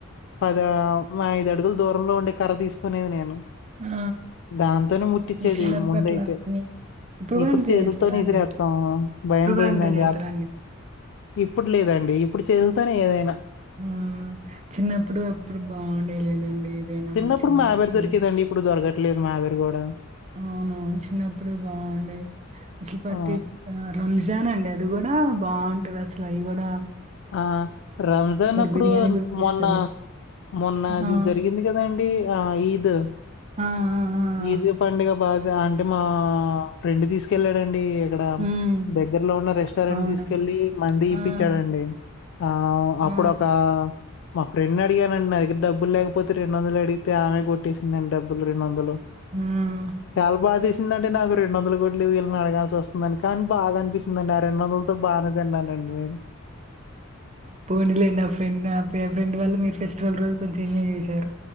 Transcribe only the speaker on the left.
పద మా ఐదు అడుగుల దూరంలో ఉండే కర్ర తీసుకునేది నేను
దాంతోనే ముట్టి చ్చేది
ముంద
అయితే
ఇప్పుడు
చేదుల్
తోనే ఇదిలేేత్తామ్
భయం
పోయింద
అండి
ఆ ఇప్పుడు లేద అండి ఇప్పుడు చేదుల్ తోనే ఏదై అయినా
చిన్నప్పుడు
మావీర్ దొరికేదండి. ఇప్పుడు దొరకట్లేదు మా గర్ కూడా
ఆ!
ఆ రంజాన్ అప్పుడు
మొన్న మొన్న
అది జరిగింది కదా అండి ఆ ఈద్
ఈద్ పండుగ బాగా అంటే మా ఫ్రెండ్ తీసుకెళ్లాదండి అండి ఇక్కడ
దగ్గరలో ఉన్న రెస్టారెంట్
తీసుకెళ్ళి మండి
ఇప్పించాడండి ఆ అప్పుడు
ఒక మా ఫ్రెడ్ అడిగానండి నా దగ్గరా డబ్బులేపోతే రెడు వందలు అడిగితే ఆమె కొట్టేసిందండి డబ్బులు రెండు వందలు
చాలా బాధేసింది దండి నాకు రెండు వందలు గట్లు వీళ్ళని అడగాల్సి వస్తుందని కానీ బాగా అనిపించిండి ఆ రెండు వందలతో బానే తిన్నండి అ అ